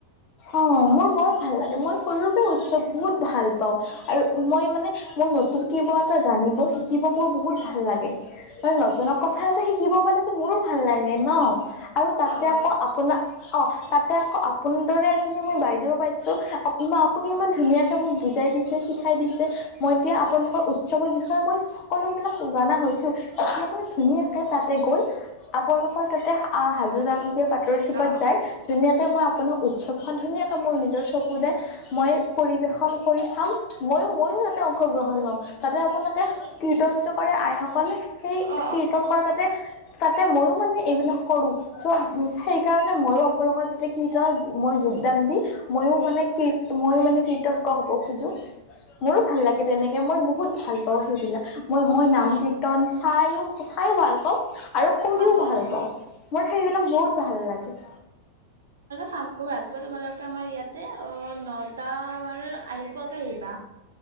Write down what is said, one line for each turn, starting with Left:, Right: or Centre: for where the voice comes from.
Left: অ'! মোৰ বৰ ভাল লাগে। মই সৰু পৰা উৎসৱ বহুত ভাল পাওঁ। আৰু মই মানে, মোৰ নতুন কিবা এটা জানিব শিকিব মোৰ বহুত ভাল লাগে। নতুক কথা এটা শিকিব পালেতো মোৰো ভাল লাগে <inaudible> আৰু তাতে
Right: অ
Left: আকৌ আপোনাৰ অ তাত আকৌ আপোন দৰে মই বাইদেউও পাইছো আপুনি ইমান ধুনীয়াকে মোক বুজাই দিছে শিকাই দিছে, মই এতিয়া আপোনালোকৰ উৎসৱৰ বিষয়ে মই সকলোবিলাক জনা হৈছো এতিয়া মই ধুনীয়াকে তাতে গৈ আপোনালোকৰ তাতে হাজোৰাম এতিয়া পাতৰ চুপত
Right: অ অ
Left: যায় ধুনীয়াকে মই কোনো উ! চবখন ধুনীয়াকে মোৰ নিজৰ চকুদ মই পৰিৱেশন কৰি চাম ময়ো ময়ো তাতে অংশগ্ৰহণ ল'ম তাতে আপোনালোকে কীৰ্তঞজ কৰে আইসকলে সেই
Right: অ অ
Left: কীৰ্তন কৰ তাতে তাতে মই মানে এইবিলাক কৰোঁ। চ আচ সেইকাৰণে মইো আপোনালোকৰ তাতে কি ধ মই যোগদান দি, ময়ো মানে ক ময়ো মানে- কীৰ্তক হব খোজো মোৰো ভাল লাগে তেনেকে মই বহুত ভাল পাওঁ সেইবিলাক মই মই নাম
Right: অ অ
Left: কীৰ্তন চাইো চাইো ভাল পাওঁ আৰু কৰিও
Right: অ অ
Left: ভাল
Right: অ
Left: পাওঁ মোৰ সেইবিলাক বহুত ভাল লাগে।
Right: ফাম কৰো ৰাতিপুৱা তোমালোকে আমাৰ ইয়াতে অ' নটা আমাৰ আহি পোৱাকে আহিবা।